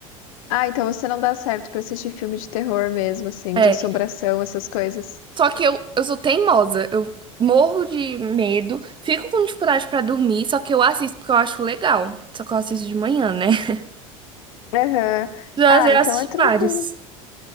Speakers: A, on the left; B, on the right.
A: Ah, então você não dá certo pra assistir filme de terror mesmo, assim,
B: É,
A: de assombração, essas coisas.
B: só que eu, eu sou teimosa, eu morro de medo, fico com dificuldade pra dormir, só que eu assisto porque eu acho legal. Só que eu assisto de manhã, né? <laughs>
A: Aham.
B: Já,
A: Ah,
B: já
A: então
B: assisti
A: é tranquilo.
B: vários.